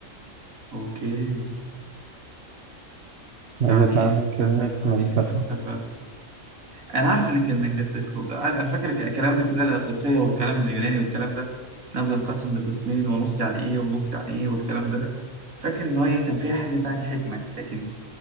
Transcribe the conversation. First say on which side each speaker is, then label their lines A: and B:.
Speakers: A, on the right; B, on the right.
A: أوكي
B: ماذا
A: تعني
B: تعني
A: إيه فلسفة
B: كلمة
A: تعني
B: فلسفة؟
A: إيه فلسفة انا عارف ان كان كانت انا فاكر ك- الكلام دي كلها الاغريقيه والكلام اليوناني والكلام ده انها بينقسم لقسمين ونص يعني ايه ونص يعني ايه والكلام ده فاكر ان هو ايه كان فيها حاجه تاني حكمه لكن